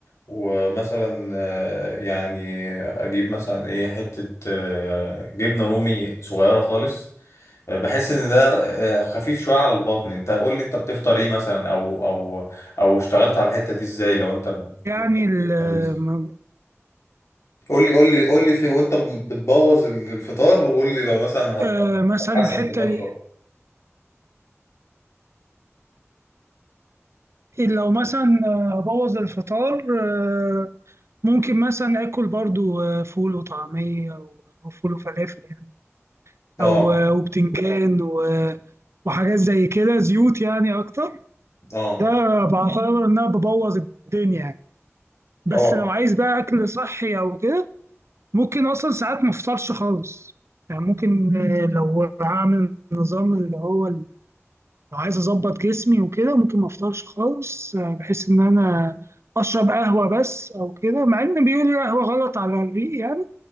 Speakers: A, on the left; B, on the right.
A: ومثلا آه، يعني اجيب مثلا ايه حته آه، جبنه رومي صغيره خالص آه، بحس ان ده آه، خفيف شويه على البطن انت قول لي انت بتفطر ايه مثلا او او او اشتغلت على الحته دي ازاي لو انت بتفطر
B: يعني ال-
A: healthy.
B: م-
A: قول لي قول لي قول لي في وانت بتبوظ الفطار وقول لي لو مثلا هت-
B: آه، مثلا
A: هتحسن
B: الحتة
A: الفطار شويه
B: دي، لو مثلا آه، أبوظ الفطار آه، ممكن مثلا آكل برضو آه، فول وطعمية و- أو فول وفلافل يعني
A: اه
B: أو آه، وبتنجان و- وحاجات زي كده زيوت يعني أكتر
A: اه
B: ده بعتبر إن أنا ببوظ الدنيا يعني
A: طبعا
B: بس لو عايز بقى أكل صحي أو كده ممكن اصلا ساعات ما افطرش خالص يعني ممكن آه، لو هعمل نظام اللي هو ال- لو عايز اظبط جسمي وكده ممكن ما افطرش خالص آه، بحيث ان انا اشرب قهوه بس او كده مع ان بيقولوا القهوه غلط على الريق يعني